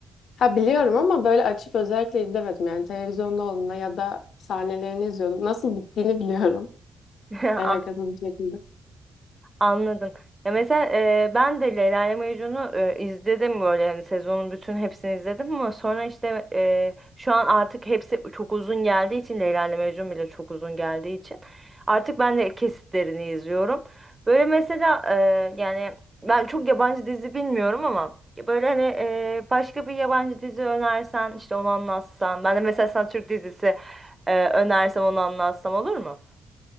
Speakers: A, on the left (about 70°); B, on the right (about 20°).
A: Ha biliyorum ama böyle açıp özellikle izlemedim. Yani televizyonda olduğunda ya da sahnelerini izliyordum. Nasıl bittiğini biliyorum. <laughs>
B: <laughs>
A: Alakasız bir şekilde.
B: Anladım. Ya mesela e, ben de Leyla ile Mecnun'u e, izledim böyle yani sezonun bütün hepsini izledim ama sonra işte e, şu an artık hepsi çok uzun geldiği için Leyla ile Mecnun bile çok uzun geldiği için artık ben de kesitlerini izliyorum. Böyle mesela e, yani ben çok yabancı dizi bilmiyorum ama böyle hani e, başka bir yabancı dizi önersen işte onu anlatsan ben de mesela sana Türk dizisi e, önersem onu anlatsam olur mu?